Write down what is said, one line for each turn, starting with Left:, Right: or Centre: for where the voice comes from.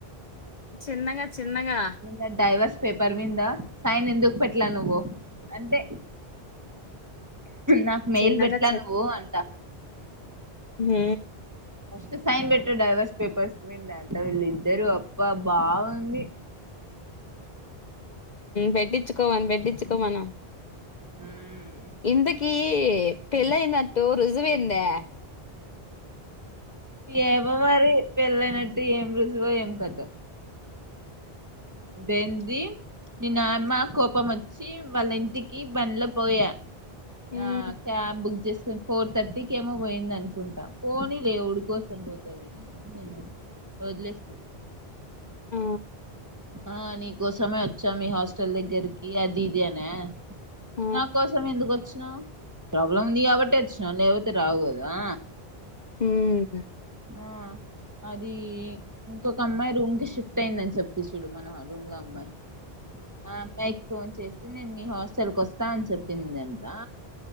Left: చిన్నగా చిన్నగా
Right: నిన్న డైవర్స్ పేపర్ మీంద సైన్ ఎందుకు పెట్లా నువ్వు అంటే నాకు మేయిల్
Left: చిన్నగా
Right: పెట్లా నువ్వు అంట
Left: హ్
Right: ఫస్ట్ సైన్ పెట్టే డైవర్స్ పేపర్స్ మీంతా వీళ్ళుద్దరు అబ్బా బాగుంది
Left: పెట్టించుకోవని పెట్టించుకో మనం
Right: హ్
Left: ఇంతకి పెళ్ళయినట్టు రుజువైందా
Right: ఏమో మరి పెళ్ళయినట్టు ఏం రుజువో ఏం కథో దేంది ని నామ్మ కోపం వచ్చి వాళ్ళ ఇంటికి బంలో పోయా
Left: ఉమ్
Right: ఆ క్యాబ్ బుక్ చేసుకుని ఫోర్ థర్టీకి ఏమో పోయింది. అనుకుంటాం పోనీ లే ఉడికొస్త పోతది నేను వదిలేస్త
Left: ఆ
Right: ఆ నీకోసమే వచ్చా మీ హాస్టల్ దగ్గరకి అది ఇది అనా
Left: ఆ
Right: నా కోసం ఎందుకు వచ్చినావు ప్రాబ్లం ఉంది. కాబట్టి వచ్చినాం లేకపోతే రాదా
Left: హ్
Right: హ్ అది ఇంకొక అమ్మాయి రూమ్ కి షిఫ్ట్ అయిందని చెప్త తీసిడు మన రూమ్లా అమ్మాయి ఆ అబ్మాయికి ఫోన్ చేసి నేను మీ హాస్టల్కి వస్త అని చెప్పింది అంట